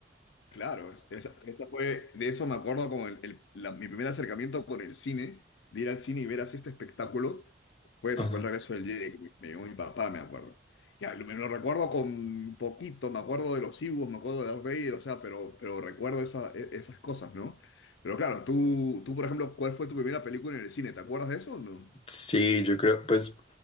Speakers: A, on the left; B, on the left.
A: Claro, esa, esa fue, de eso me acuerdo como el, el- la- mi primer acercamiento con el cine, de ir al cine y ver así este espectáculo, fue eso,
B: Ajá.
A: fue el regreso del Jedi, que me me llevó mi papá, me acuerdo. Ya, lo- me lo recuerdo con poquito, me acuerdo de los Ewoks, me acuerdo de Darth Vader, o sea, pero, pero recuerdo esa- e- esas cosas, ¿no? Pero claro, tú, tú, por ejemplo, ¿cuál fue tu primera película en el cine? ¿Te acuerdas de eso o no?
B: Sí, yo creo, pues